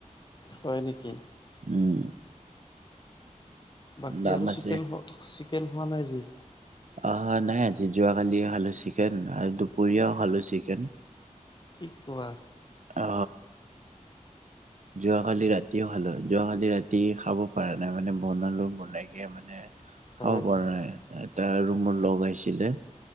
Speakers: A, on the left; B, on the right.
A: হয় নেকি?
B: উম।
A: বাকী
B: দাম
A: আৰু
B: আছে।
A: চিকেন চিকেন হোৱা নাই আজি।
B: অ হয় নাই আজি যোৱাকালি খালোঁ চিকেন আৰু দুপৰীয়াও খালোঁ চিকেন।
A: কি কোৱা।
B: অ। যোৱাকালি ৰাতিও খালোঁ যোৱাকালি ৰাতি খাব পৰা নাই মানে বনালো বনাই কে মানে। খাব
A: হয়
B: পৰা
A: হয়
B: নাই এটা ৰুমৰ লগ আহিছিলে।